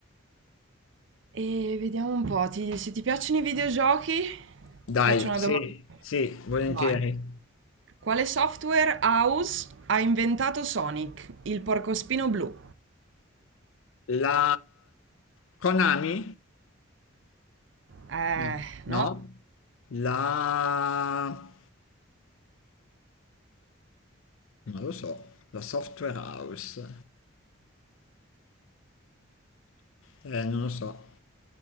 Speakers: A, on the right; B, on the left.
A: E vediamo un po', ti- se ti piacciono i videogiochi,
B: Dai,
A: ti faccio una
B: sì,
A: domanda.
B: sì, volentieri.
A: Vai. Quale software house ha inventato Sonic, il porcospino blu?
B: La Konami?
A: Eh,
B: Mm.
A: no?
B: No. La... non lo so. La Software House. Eh, non lo so.